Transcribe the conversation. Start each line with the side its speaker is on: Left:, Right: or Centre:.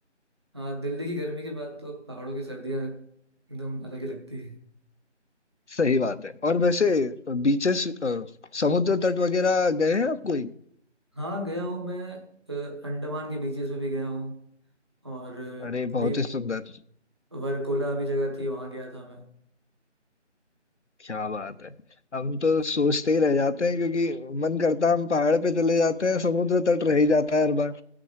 Right: हाँ दिल्ली की गर्मी के बाद तो पहाड़ों की सर्दियाँ एकदम अलग ही लगती है
Left: सही बात है और वैसे बीचेस समुद्र तट वगैरह गए हैं आप कोई
Right: हाँ गया हूँ मैं अ, अंडमान के बीचेस में भी गया हूँ और अ,
Left: अरे बहुत
Right: अभी
Left: ही सुंदर
Right: वरकोला अभी जगह थी वहाँ गया था मैं
Left: क्या बात है हम तो सोचते ही रह जाते हैं क्योंकि मन करता है हम पहाड़ पे चले जाते हैं समुद्र तट रह ही जाता है हर बार